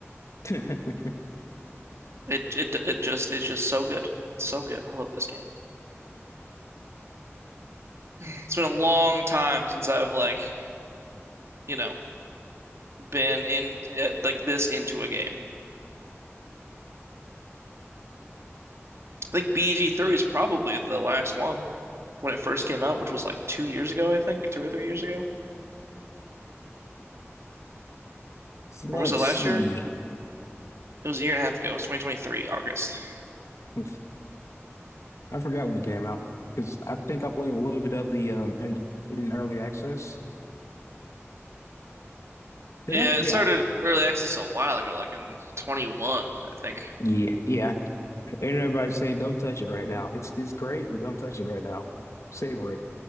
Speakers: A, on the left; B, on the right.
A: <laughs>
B: It it it just it's just so good. So good. I love this game. It's been a long time since I've like, you know, been in eh, like this into a game. I think BG3 is probably the last one when it first came out, which was like two years ago, I think, two or three years ago.
A: so
B: Or
A: Let's
B: was it last
A: see.
B: year? It was a year and a half ago. It was 2023, August.
A: I forgot when it came out because I think I played a little bit of the um in, in early access.
B: Yeah,
A: Did I?
B: it
A: Yeah,
B: started early access a while ago, like in 21, I think.
A: yeah, yeah. And everybody's saying don't touch it right now. It's it's great, but don't touch it right now. Savor